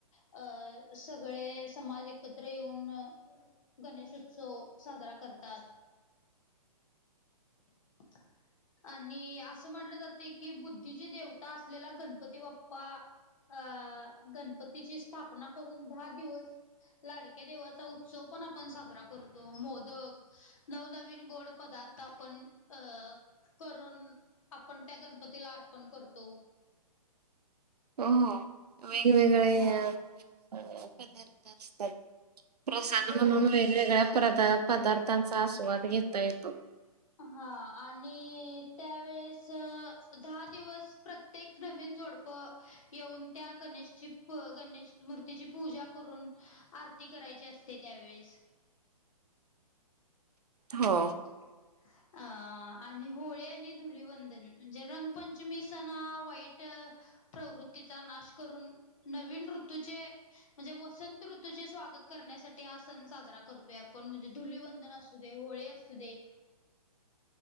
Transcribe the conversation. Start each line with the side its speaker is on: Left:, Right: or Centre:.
Left: अ सगळे समाज एकत्र त्र येऊन गणेश उत्सव साजरा करतात. <inaudible> आणि अस म्हटल जाते की बुद्धीची देवता असलेला गणपती बाप्पा. अ गणपतीची स्थापना करून दहा दिवस लाडक्या देवाचा, उत्सव पण आपण साजरा करतो. मोदक नवनवीन गोड पदार्थ, आपण अ करून, आपण त्या गणपतीला अर्पण करतो.
Right: हो, वेगवेगळे
Left: हा
Right: पदार्थ करत असतात. प्रसाद
Left: हो
Right: म्हणून वेगवेगळ्या प्रदा-पदार्थांचा, आस्वाद घेता येतो.
Left: हा आणि त्यावेेळेस, दहा दिवस प्रत्य ते एक नवीन जोडपं येऊन, त्या गणेशची प गणेश मूर्तीची पूजा करून, आरती करायची असते त्यावेळेस.
Right: हो.
Left: <inaudible> अं आणि होळी आणि धुलीवंदन म्हणजे रंगपंचमी सण हा वाईट प्रवृत्तीचा, नाश करून नवीन ऋतूचे म्हणजे वसंत ऋतूचे स्वागत करण्यासाठी, हा सण साजरा करतोय आपण. म्हणजे धुलीवंदन असू असू दे, होळी असू दे.